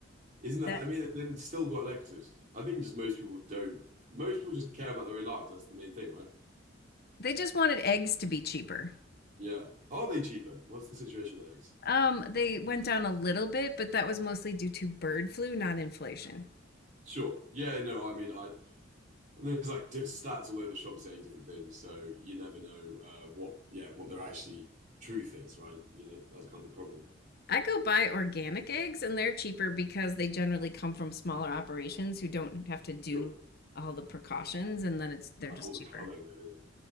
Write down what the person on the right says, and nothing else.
Isn't that?
I mean, and then still got elected. I think just most people don't. Most people just care about their own lives. That's the main thing, right?
Yeah. Are they cheaper? What's the situation with eggs?
Sure. Yeah. No. I mean, I There's like di- stats all over the shop saying different things, so you never know uh, what yeah what their actually truth is, right? You know that's kind of the problem.
Sure,
Like,
all the
culling and everything.